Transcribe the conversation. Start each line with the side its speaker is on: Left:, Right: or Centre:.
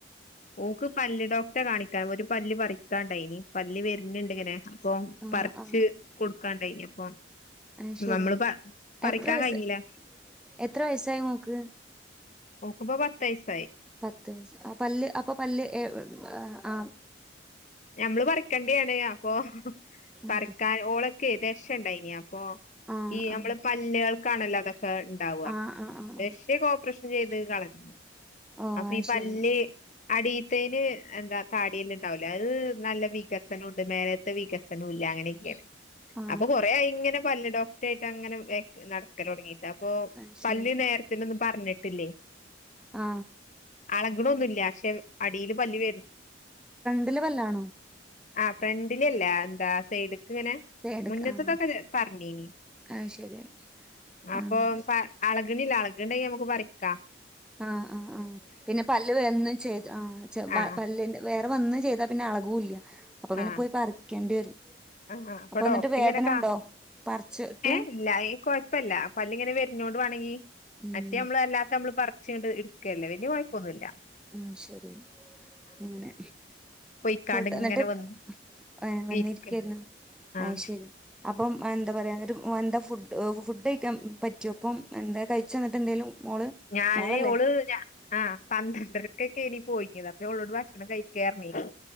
Left: ഓക്ക് പല്ല് ഡോക്ടറെ കാണിക്കാൻ ഒരു പല്ല് പറി ക്കാണ്ടായിനി പല്ല് വരുന്നിണ്ടിങ്ങനെ അപ്പൊ
Centre: ആ
Left: പറിച്ച്
Centre: ആ
Left: കൊടുക്കാണ്ടായിനി അപ്പം
Centre: അത് ശരി
Left: നമ്മള് പ പറിക്കാൻ
Centre: എത്ര വയസ്സ്
Left: കയിഞ്ഞില്ല
Centre: എത്ര വയസ്സായി മോക്ക്
Left: ഓക്കിപ്പം പത്തുവയസ്സ്
Centre: പത്ത് വയസ്സ് അ പല്ല് അപ്പൊ പല്ല് എ വ് ആഹ്
Left: ഞമ്മള് പറിക്കേണ്ടിയാണ് അ ഇപ്പൊ പറിക്കാൻ
Centre: ഓക്കെ
Left: ഓളെ ഓക്കേ ദശ ഇണ്ടായിനി അപ് അപ്പൊ
Centre: ആ
Left: ഈ ഞമ്മള്
Centre: ആ
Left: പല്ലുകൾക്കാണല്ലോ അട ക്ക്‌ ഇണ്ടാവാ
Centre: ആ ആ ആ ആ
Left: ദശയൊക്കെ ഓപ്പറേഷൻ ചെയ്ത് കളഞ്ഞു
Centre: ഓ
Left: അപ്പൊ
Centre: അത്
Left: ഈ
Centre: ശരി
Left: പല്ല് അടീത്തേന് എന്താ താടിയെല്ല് ഇണ്ടാവല്ലോ അത് നല്ല വികസനുണ്ട് മേലേത്തെ വികസനോല്ല അങ്ങനെയൊക്കെയാണ്
Centre: ആ
Left: അപ്പൊ കൊറേ ആയി ഇങ്ങനെ പല്ല് ഡോക്ടറ ങ്ങനെ <unintelligible> നടക്കല് തൊടങ്ങീട്ട് അപ്പൊ
Centre: അത്
Left: പള്ളീൽ
Centre: ശരി
Left: നേരത്തിനൊന്നും പറഞ്ഞിട്ടില്ലേ
Centre: ആ
Left: ആള ഇവിടൊന്നുവില്ല പക്ഷെ അടിയില് പല്ല് വെരുന്നു
Centre: ണ്ടിലെ പല്ലാണോ
Left: ആ ഫ്രണ്ടിലല്ല എന്താ സൈഡ് ങ്ങനെ
Centre: എടുക്ക
Left: മുന്നത്തതൊക്കെ
Centre: ആഹ്
Left: പറഞ്ഞീനി
Centre: അത് ശരിയായി
Left: അപ്പൊ
Centre: അങ്ങനെ
Left: ആ ആളെ ണില്ല ഇളക്ണ്ടെങ്കി നമ്മക്ക് പറിക്കാ
Centre: ആ ആ ആ പിന്നെ പല്ല് വന്നും ചെയ്തു ആ ച്ചെ വ്വ
Left: ആ
Centre: പല്ലിന്റെ വേ വന്നു ചെയ്താ പിന്നെ അളകൂല്ല അപ്പൊ പിന്നെ
Left: ആ
Centre: പോയി പറിക്കെണ്ടി വരും
Left: ആ അപ്പൊ ഡോക്ടറ്റ്ങ്ങനെക്കാ
Centre: എന്നിട്ട് വേദന ഉണ്ടോ പറിച്ചിട്ട്
Left: ഏ ഇല്ല ഏ കൊഴപ്പല്ല പല്ല് ഇങ്ങനെ വര്നോട് വാണങ്കി
Centre: ഉം
Left: മറ്റേ നമ്മള് അല്ലാത്ത മ്മള് പർച്ച്ങ്ങണ്ട് ഇട്ക്കല്ലേ വെല്ല്യ കൊയപ്പൊന്നുല്ല
Centre: ആ ശരി അങ്ങനെ
Left: പൊയ്ക്കാണ്ട്
Centre: ഫുഡ്
Left: ഇങ്ങനെ
Centre: എന്നിട്ട്
Left: വന്ന്
Centre: ഏഹ് വന്നിരി
Left: ഇരിക്ക
Centre: ക്കേര്ന്നു
Left: ആഹ്
Centre: അയ് ശരി അപ്പം എന്താ പറയ ഒരു മൊ എന്താ ഫുഡ് ഫുഡ് കഴിക്കാൻ പറ്റോപ്പം എന്താ കയിച്ചോ എന്നിട്ട് എന്തേലും മോള്
Left: ഞാന്
Centre: മോളല്ലേ
Left: ഓള് രാ ആ പന്ത്രണ്ടരക്കൊക്കേനി പോയിക്കേര്ന്ന് അപ്പ ഒളോട് ഭക്ഷണം കഴിക്കേറ്ഞ്ഞീനി